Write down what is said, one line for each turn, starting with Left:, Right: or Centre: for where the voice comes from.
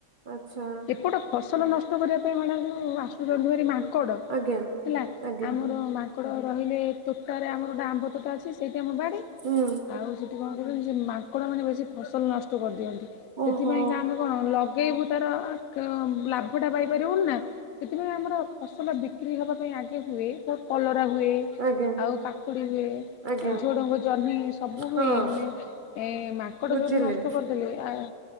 Right: ଆଛା।
Left: ଗୋଟେ ଫସଲ ନଷ୍ଟ କରିବା ପାଇଁ ମ୍ୟାଡ଼ାମ୍ ଯୋଉ ଆସୁଛନ୍ତୀ ହାରି ମା ଙ୍କଡ଼
Right: ଆଜ୍ଞା।
Left: ହେଲା
Right: ଆଜ୍ଞା
Left: ଆମର ମାଙ୍କଡ଼ ରହିଲେ ତୋଟାରେ ଆମର ଗୋଟେ ଆମ୍ବ ତୋଟା ଅଛି ସେଇଠି ଆମ ବାଡ଼ି
Right: ହୁଁ
Left: ଆଉ ସେଠି କଣ କରିବ ସେ ମାଙ୍କଡ଼ ମାନେ ବେଶୀ ଫସଲ ନଷ୍ଟ କରିଦିଅନ୍ତି। ସେଥିପାଇଁକା
Right: ଓହୋ
Left: ଆମେ କଣ ଲଗେଇବୁ ତାର କ ଲା ଭ ଟା ପାଇପାରିବୁନି ନା ସେଥିପାଇଁ ଆମର ଫସଲ ବିକ୍ରି ହେବା ପାଇଁ ଆଗେ ହୁଏ ବ କଲରା ହୁଏ।
Right: ଆଜ୍ଞା
Left: ଆଉ କାକୁଡ଼ି ହୁଏ।
Right: ଆଜ୍ଞା
Left: ଝୋଡ଼ଙ୍ଗ ଜହ୍ନି ସବୁ ହୁଏ
Right: ହଁ
Left: ହେଲେ ଏ ମାଙ୍କଡ଼
Right: ବୁଝିଲେ
Left: ଯୋଉଠୁ ନଷ୍ଟ କରି କଲେ ଆ